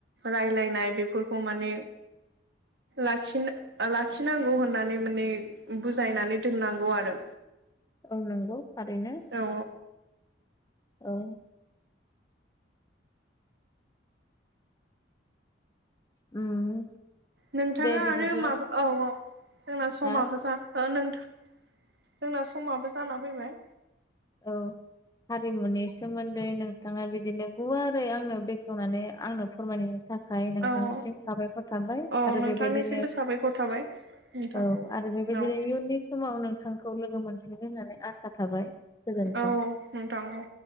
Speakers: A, on the right (about 65°); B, on the left (about 20°).
A: रायलायनाय बेफोरखौ माने लाखिनो लाखिनांगौ होननानै माने बुजायनानै दोननांगौ आरो
B: औ नंगौ थारैनो
A: औ
B: औ उम
A: नोंथाङा
B: दे बिदिब्ला
A: आरो माबा औ औ जोंना समाबो
B: हा
A: जा ओ नोंथां जोंना समाबो जाना फैबाय
B: औ हारिमुनि सोमोन्दै नोंथाङा बिदिनो गुवारै आंनो बेखेवनानै आंनो फोरमायनो था खाय नोंथांनिसिम
A: औ औ
B: साबायफोरर थाबाय।
A: औ
B: आरो
A: नोंथांनिसिमबो
B: बेबायदिनो
A: <inaudible>
B: औ आरो
A: औ
B: बेबायदिनो इयुननि समाव नोंथांखौ लोगो मोनफिनगोन होननानै आसा थाबाय। गोजोन्थों।
A: औ औ नोंथां औ।